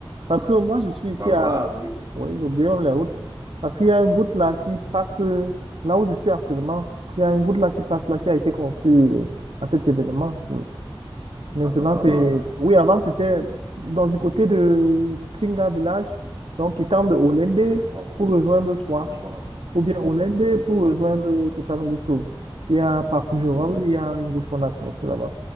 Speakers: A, on the right; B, on the right.
A: parce que moi, je suis ici
B: Bah,
A: à...
B: voilà, oui,
A: Oui, j'oubliais même les routes. Parce qu'il y a une route là qui passe, euh, là où je suis actuellement, il y a une route là qui passe là, qui a été construite euh, à cet événement. Mm. Maintenant,
B: Passanta
A: c'est...
B: Barbara.
A: Oui, avant, c'était dans du côté de Tinga Village, donc qui tend de Olembe
B: Ok, je vois, oui.
A: pour rejoindre
B: Je vois, oui,
A: ou bien Olembe
B: Oui, je vois.
A: pour rejoindre Kotalongoso. Il y a par Fougerolles,
B: Mhm.
A: il y a une route qu'on a contre là-bas.